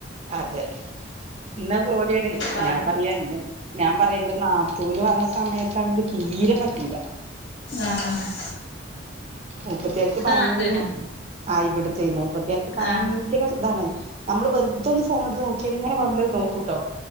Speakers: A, on the right; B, on the left.
A: അതെ ഇന്ന പോലെയാണ്
B: പാർക്ക
A: ഞാൻ പറയാന്നിട്ട് ഞാൻ പറയാ എന്തെന്നാ ഓല് വന്ന സമയത്താണെങ്കിൽ തീരെ പറ്റൂല
B: ആഹ്‌
A: മുപ്പത്തിയാർക്ക് ഭയങ്ക്
B: നാത്തൂനാ
A: ആഹ്‌ ഇവിടത്തെ മുപ്പത്തിയാർക്ക് ഭയങ്കര
B: ആഹ്
A: ഇതാണ് നമ്മള് വെറുതൊന്ന് ഫോണടുത്ത് നോക്കി ങ്ങനെ വന്ന് നോക്കൂട്ടോ